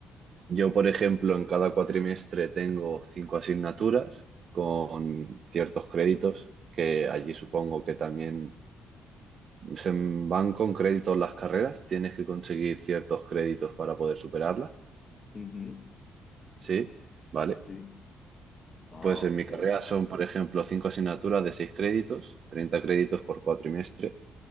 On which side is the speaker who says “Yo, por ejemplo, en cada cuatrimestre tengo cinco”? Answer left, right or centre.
Right